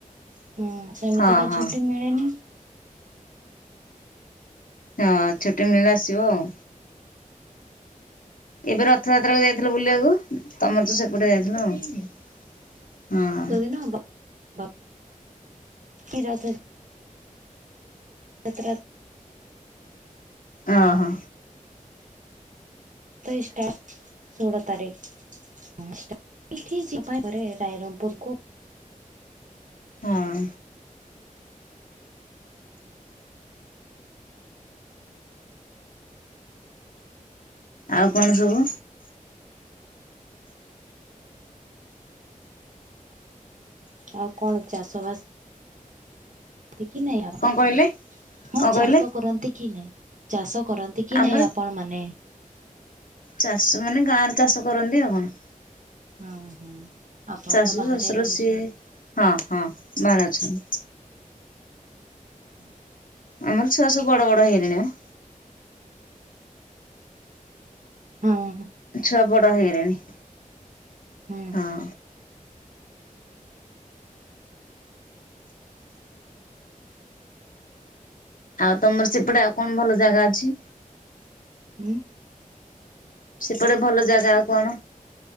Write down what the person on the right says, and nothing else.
ହଁ ସେମିତିକା
ଛୁଟି ମିଳେନି।
ଶୀତଦିନ ହବ <inaudible> ତ୍ର <inaudible>
ତେଇଷ୍ଟା ଷୋଳ ତାରିକ। ହଁଇଠି ଯିବା ପାଇଁ <inaudible> ପରେ ରାଇରଙ୍ଗପୁର କୁ
ଆଉ କଣ ଚାଷ ବାସ ଏତିକି ନାହିଁ ଆର।
ହଁ ଚାଷ କରନ୍ତି କି ନାଇଁ ଚାଷ କରନ୍ତି କି
ନାଇଁ ଆପଣ ମାନେ?
ହଁ ହଁ ଆପଣ
ତ ବାହାରେ
ରହୁସନ୍ତି।
ହୁଁ
ହୁଁ।
ହୁଁ।
ହୁଁ।